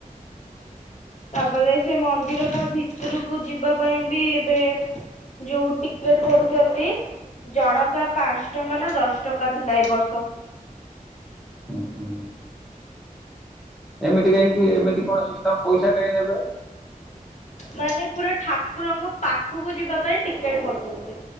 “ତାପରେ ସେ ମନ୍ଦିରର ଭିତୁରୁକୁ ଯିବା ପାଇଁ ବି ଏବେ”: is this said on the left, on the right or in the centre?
Left